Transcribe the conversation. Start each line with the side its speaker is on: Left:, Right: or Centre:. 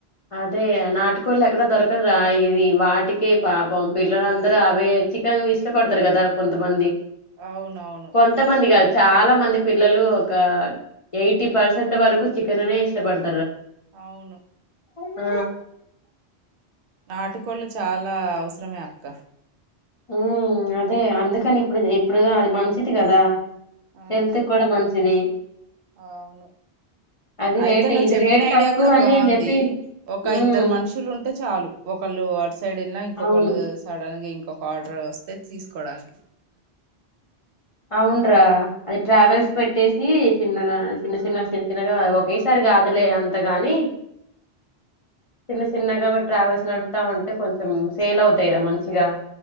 Left: అదే నాటికోళ్ళు ఎక్కడ దొరకదు రా ఇది వాటికే పాపం పిల్లలందరూ అవే చికెన్ ఇష్టపడతారు కదా కొంతమంది
Right: అవునవును
Left: కొంతమంది కాదు చాలా మంది పిల్లలు ఒక ఎయిటీ పర్సెంట్ వరకు చికెన్నే ఇష్టపడుత
Right: అవును
Left: ఆ
Right: నాటుకోళ్ళు చాలా అవసరమే అక్క
Left: ఉ అదే అందుకని ఇప్పుడు ఇప్పుడు అది మంచిది కదా
Right: ఆ
Left: హెల్త్ కూడా మంచిది
Right: అవును
Left: అది
Right: అయితే
Left: రేట్
Right: నువ్వు
Left: ఇది
Right: చెప్పిన
Left: రేట్
Right: ఐడియా
Left: తక్కువ
Right: కూడా
Left: అని
Right: బాగుంది
Left: చెప్పి
Right: ఒక
Left: ఉమ్
Right: ఇద్దరు మనుషులు ఉంటే చాలు ఒకళ్ళు సైడ్లా ఇంకో
Left: అవును
Right: కొల్ సడన్‌గా ఒక ఆర్డర్ వస్తే తీసుకోవడానికి
Left: అవునరా అది ట్రావెల్స్ పెట్టేసి చిన్నగా చిన్న చిన్నగా చిన్న చిన్నగా ఒకేసారి కాదులే అంత గాని చిన్న చిన్నగా ట్రావెల్స్ నడుపుతా ఉంటే కొంచెం సేల్ అవుతాయిరా మంచిగా